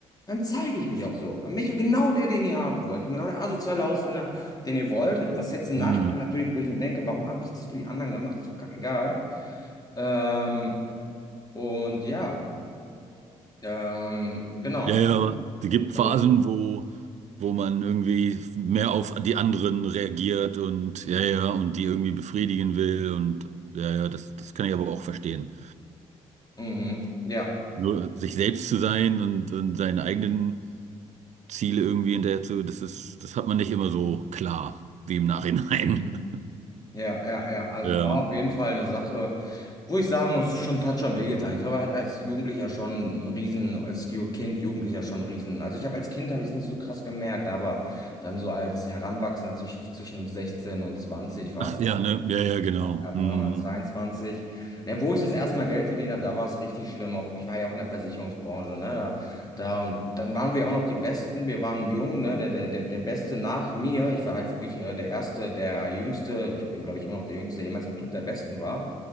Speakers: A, on the left; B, on the right.
A: dann zeige ich mich auch so. Dann bin ich auch genau der, den ihr haben wollt. Ich bin genau der asoziale Ausländer, den ihr wollt. Was jetzt im
B: hm.
A: Nachhinein natürlich, wo ich mir denke, warum habe ich das für die anderen gemacht? Ist doch kackegal. Ähm, und ja, ähm, genau.
B: Ja, ja, aber es gibt
A: Also,
B: Phasen, wo, wo man irgendwie mehr auf die anderen reagiert und ja, ja, und die irgendwie befriedigen will und ja, ja, das, das kann ich aber auch verstehen.
A: mhm, ja.
B: Nur sich selbst zu sein und, und seinen eigenen Ziele irgendwie hinterher zu, das ist, das hat man nicht immer so klar wie im Nachhinein.
A: Mhm.
B: <laughs>
A: Ja, ja, ja. Also
B: Ja,
A: war auf jeden Fall eine Sache, wo ich sagen muss, schon hat schon wehgetan. Ich glaube, er hat als Jugendlicher schon einen Riesen, als Kind, Jugendlicher schon einen Riesen. Also ich habe als Kind habe ich es nicht so krass gemerkt, aber dann so als Heranwachsender zwisch- zwischen 16 und 20 war
B: ach
A: es,
B: ja,
A: wo
B: ne,
A: ich
B: ja, ja, genau.
A: gemerkt hab,
B: Hm.
A: ne, oder 22. Ne, wo ich das erste Mal Geld verdient habe, da war es richtig schlimm. Auch ich war ja auch in der Versicherungsbranche, ne? Da und dann waren wir auch noch die Besten. Wir waren jung, ne? Der, der, der, der Beste nach mir. Ich war halt wirklich äh, der Erste, der Jüngste. Ich bin, glaube ich, immer noch der Jüngste, der jemals im Club der Besten war.